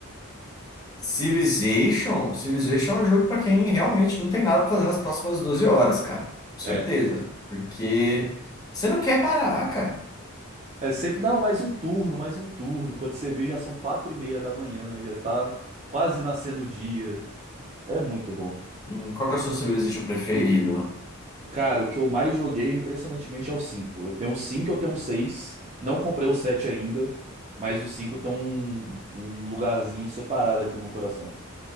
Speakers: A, on the left; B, on the right.
A: Civilization, Civilization é um jogo para quem realmente não tem nada para fazer nas próximas 12 horas, cara. Com
B: É.
A: certeza. Porque você não quer parar, cara.
B: É sempre, não, mais um turno, mais um turno. Quando você vê, já são quatro e meia da manhã, já está quase nascendo o dia. É muito bom.
A: Hum, Qual que é o seu Civilization preferido?
B: Cara, o que eu mais joguei, impressionantemente, é o 5. Eu tenho o 5, eu tenho o 6. Não comprei o 7 ainda, mas o 5 tem um, um lugarzinho separado aqui no meu coração.